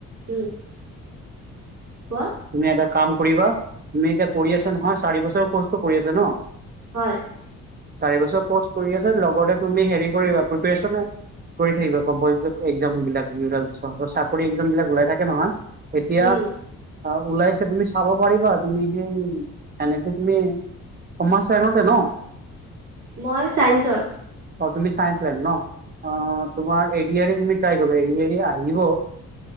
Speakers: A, on the right; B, on the right.
A: উম। <inaudible>
B: তুমি এটা কাম কৰিবা তুমি এতিয়া কৰি আছা নহয় চাৰি বছৰ কৰ্ছটো কৰি আছা নহ।
A: হয়। <inaudible>
B: চাৰি বছৰ কৰ্চ কৰি আছ লগতে তুমি হেৰি কৰিবা প্ৰেপ্ৰাৰেচন। কৰি থাকিব কম্পেটিটিভ এক্সাম বিলাক চাকৰি এক্সামবিলাক ওলাই থাকে নহয়। এতিয়া।
A: উম
B: ওলাইছে তুমি চাব পাৰিবা তুমি কি এনেতো তুমি। <unintelligible> চাইদতে নহ। <unintelligible>
A: মই চাইন্সৰ।
B: অ তুমি চাইন্স লাইন ন অ তোমাৰ এ দি ৰ ত িাই গৰিৰি আহিব